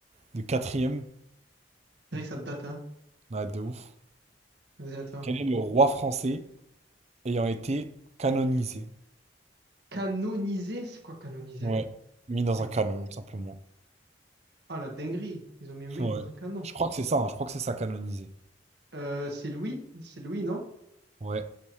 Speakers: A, on the right (about 35°); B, on the right (about 65°).
A: de quatrième.
B: C'est vrai que ça date, hein.
A: Ah, de ouf.
B: Vas-y, à toi.
A: Quel est le roi français ayant été canonisé?
B: Canonisé, c'est quoi canoniser?
A: Ouais, mis dans
B: C'est...
A: un canon, tout simplement.
B: Ah, la dinguerie. Ils ont mis un mec
A: Ouais.
B: dans un canon.
A: Je crois que c'est ça, hein, je crois que c'est ça, canonisé.
B: Euh, c'est Louis? C'est Louis, non?
A: Ouais,